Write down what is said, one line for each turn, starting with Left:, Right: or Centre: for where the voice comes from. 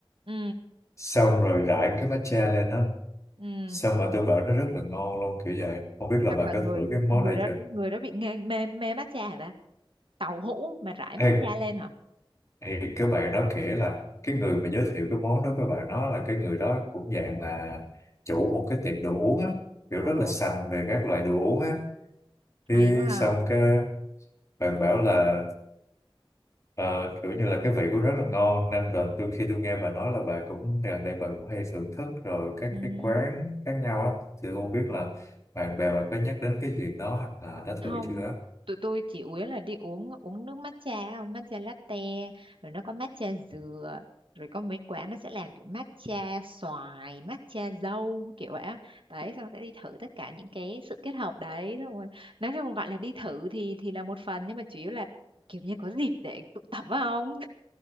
Right: ừ
Left: xong rồi rải cái matcha lên đó
Right: ừ
Left: xong mà tôi bảo nó rất là ngon luôn kiểu vậy không biết là
Right: chắc
Left: bà
Right: là
Left: có
Right: người
Left: thử cái món
Right: người
Left: này
Right: đó
Left: chưa
Right: người đó bị nghe, mê mê matcha hả ta tàu hũ mà rải matcha
Left: Ê,
Right: lên hả
Left: thì các bạn đó kể là cái người mà giới thiệu cái món đó các bạn nói là cái người đó cũng dạng là chủ một cái tiệm đồ uống á kiểu
Right: ồ
Left: rất là sành về các loại đồ uống á thì
Right: hay quá ha
Left: xong cái bạn bảo là Ờ, kiểu như là cái vị của nó rất là ngon nên là tôi khi tôi nghe bà nói là bà cũng gần đây bà cũng hay thưởng thức rồi các
Right: ừ,
Left: cái quán khác nhau á thì tôi không biết là bạn bè bà có nhắc đến cái chuyện đó hoặc là đã
Right: không
Left: thử chưa á
Right: tụi tôi chỉ uống là đi uống uống nước matcha không matcha latte rồi nó có matcha dừa rồi có mấy quán nó sẽ làm kiểu matcha xoài matcha dâu kiểu vậy á đấy xong sẽ đi thử tất cả những cái sự kết hợp đấy xong rồi nói chung gọi là đi thử thì thì là một phần nhưng mà chủ yếu là kiểu như có dịp để tụ tập phải không